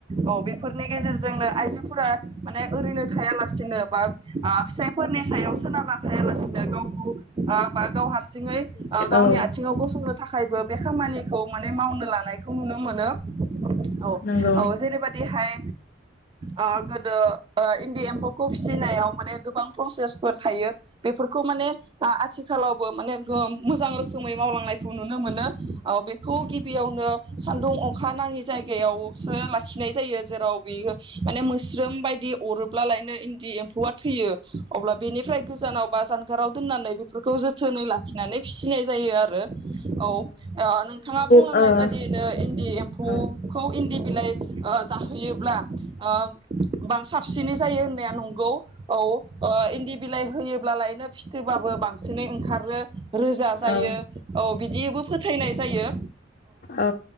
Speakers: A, on the right (about 25°); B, on the left (about 45°).
A: औ बेफोरनि गेजेरजोंनो आइजोफोरा माने ओरैनो थाया लासिनो बा ओ फिसायफोरनि सायाव सोनारना थायालासिनो गावखौ ओ बा गाव हारसिं ओ गावनि
B: ओ
A: आथिङाव गसंनो थाखायबो बे खामानिखौ माने मावनो लानायखौ नुनो मोनो औ
B: नंगौ।
A: औ जेरैबादिहाय ओ गोदो ओ इन्दि एम्फौखौ फिसिनायाव माने गोबां प्रसेसफोर थायो बेफोरखौ माने आ आथिखालावबो माने मोजां रोखोमै मावलांनाय बेखौ नुनो मोनो ओ बेखौ गिबियावनो सानदुं अखा नाङि जायगायावसो लाखिनाय जायो जेराव बियो माने मोस्रोम बायदि अरोब्लालायनो इन्दि एम्फौआ थैयो अब्ला बेनिफ्राय गोजानाव बा जानगाराव दोननानै बेफोरखौ जोथोनै लाखिनानै फिसिनाय जायो आरो औ नोंथाङा बुंलांनाय
B: ओ
A: बादियैनो इनदि दि एम्फौखौ
B: औ
A: इन्दि बिलाइ ओ जाहोयोब्ला ओ बां साबसिनै जायो होननाया नंगौ औ इन्दि बिलाइ होयोब्ला लायनो फिथोबाबो बांसिनै ओंखारो रोजा जायो
B: औ
A: औ बिदियैबो फोथायनाय जायो
B: औ